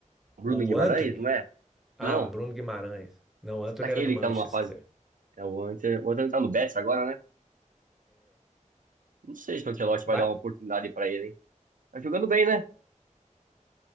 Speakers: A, on the right (about 85°); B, in the centre.
A: Bruno
B: o
A: Guimarães,
B: Anthony?
A: não é?
B: Ah,
A: Não.
B: Bruno Guimarães. Não, o
A: Será
B: Anthony
A: que
B: era
A: é ele
B: do Manchester.
A: que tá numa fase? É o Inter. O Inter tá no Betis agora, né? Não sei se o Ancelotti vai
B: Vai-
A: dar uma oportunidade pra ele, hein? Tá jogando bem, né?